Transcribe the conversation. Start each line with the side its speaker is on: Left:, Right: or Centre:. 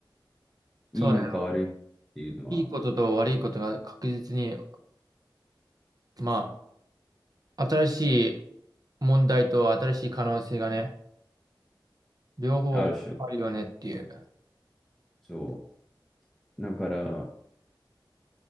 Centre: いいのか悪いっていうのは
Right: そうだね。いいことと悪いことが確実に、まあ、新しい問題と新しい可能性がね、両方あるよねっていう。
Centre: あるでしょ。そう。だから、